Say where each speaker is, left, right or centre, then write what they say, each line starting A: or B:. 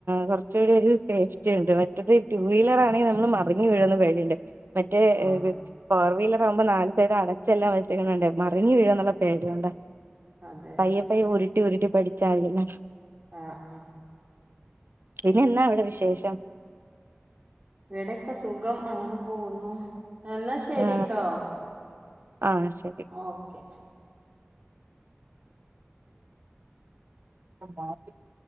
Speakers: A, on the right; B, on the right.
A: കുറച്ചുകൂടി ഒരു സേഫ്റ്റി ഉണ്ട് മറ്റത് ടു വീലർ ആണെങ്കിൽ മ മറിഞ്ഞ് വീഴുന്ന പേടിണ്ട് മറ്റേ
B: ആഹ്
A: ഏ ഫോർ വീലർ ആവുമ്പോ നാല് സൈഡ് അടച്ചെല്ലാം വെച്ചേക്കണണ്ട മറിഞ്ഞ് വീഴു എന്നുള്ള പേടിവേണ്ട
B: അതെ
A: പയ്യെ പയ്യ ഉരുട്ടി ഉരുട്ടി പഠിച്ചായിരുന്നു
B: ആ
A: പിന്നെ എന്നാ അവിടെ വിശേഷം?
B: ഇവിടെക്കെ സുഖം അങ്ങനെ പോകുന്നു എന്നാ ശരിട്ടോ.
A: ആ ആ ശരി
B: ഓക്കെ.
A: <inaudible>